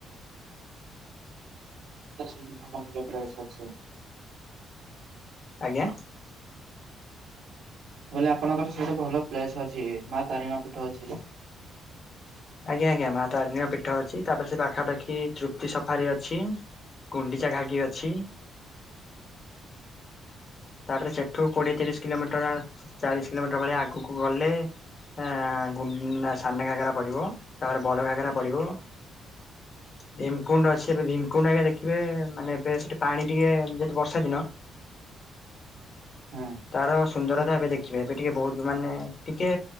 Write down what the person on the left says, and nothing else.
ଆଜ୍ଞା।
ଆଜ୍ଞା ଆଜ୍ଞା ମା ତାରିଣୀଙ୍କ ପୀଠ ଅଛି ତାପରେ ସେ ପାଖାପାଖି ତୃପ୍ତି ସଫାରି ଅଛି। କୁଣ୍ଡିଚା ଘାଗି ଅଛି। ତାପରେ ସେଠୁ କୋଡ଼ିଏ ତିରିଶ କିଲୋମିଟର ଚାଳିଶ କିଲୋମିଟର ଭଳିଆ ଆଗକୁ ଗଲେ ଆ ଗୁ ସାନ ଘାଗରା ପଡ଼ିବ ତାପରେ ବଡ ଘାଗରା ପଡ଼ିବ। ଭୀମକୁଣ୍ଡ ଅଛି ଏବେ ଭୀମକୁଣ୍ଡ ଆଜ୍ଞା ଦେଖିବେ ମାନେ ଏବେ ସେଠି ପାଣି ଟିକେ ଯେହେତୁ ବର୍ଷା ଦିନ।
ତାର ସୁନ୍ଦରତା ଏବେ ଦେଖିବେ ଏବେ ଟିକେ ବହୁତ ମାନେ ଟିକେ